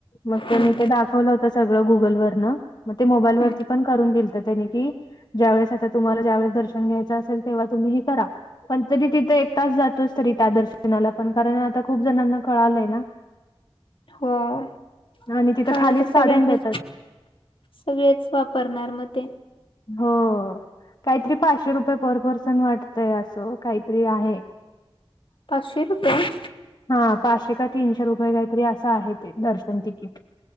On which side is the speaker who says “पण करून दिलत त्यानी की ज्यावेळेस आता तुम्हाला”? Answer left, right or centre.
Left